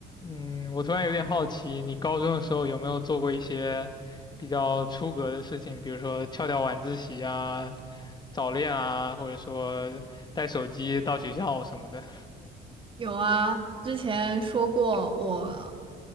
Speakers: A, on the left; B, on the right.
A: 嗯，我突然有点好奇，你高中的时候有没有做过一些比较出格的事情，比如说翘掉晚自习啊、早恋啊，或者说带手机到学校什么的？
B: 有啊，之前说过我，